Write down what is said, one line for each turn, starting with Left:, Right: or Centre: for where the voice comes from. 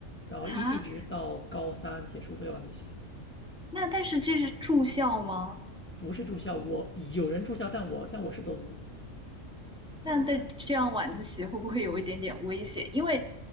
Left: 然后一一直到高三结束都有晚自习，
Centre: 哈？那但是这是住校吗？
Left: 不是住校，我有人住校，但我但我是走读，
Centre: 那但这样晚自习会不会有一点点危险？因为